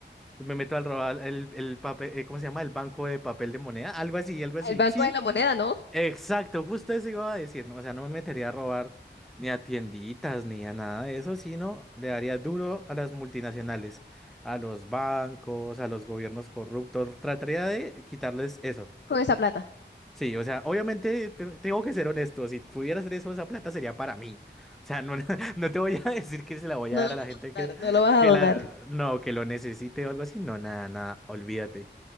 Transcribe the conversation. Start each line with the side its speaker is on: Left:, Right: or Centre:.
Centre: me meto al robar el, el papel, eh, ¿cómo se llama? El banco de papel de moneda, algo así, algo así.
Left: al Banco
Centre: Sí,
Left: de la Moneda, ¿no?
Centre: Exacto, justo eso iba a decir, ¿no? O sea, no me metería a robar ni a tienditas ni a nada de eso, sino le daría duro a las multinacionales, a los bancos, a los gobiernos corruptos. Trataría de quitarles eso.
Left: Con esa plata.
Centre: Sí, o sea, obviamente te- tengo que ser honesto, si pudiera hacer eso, esa plata sería para mí. O sea, no, <laughs> no te voy a decir que se la voy
Left: No
Centre: a dar
Left: lo vas
Centre: a la
Left: a
Centre: gente que,
Left: donar, no lo vas a
Centre: que
Left: donar.
Centre: la, no, que lo necesite o algo así, no, nada, nada, olvídate.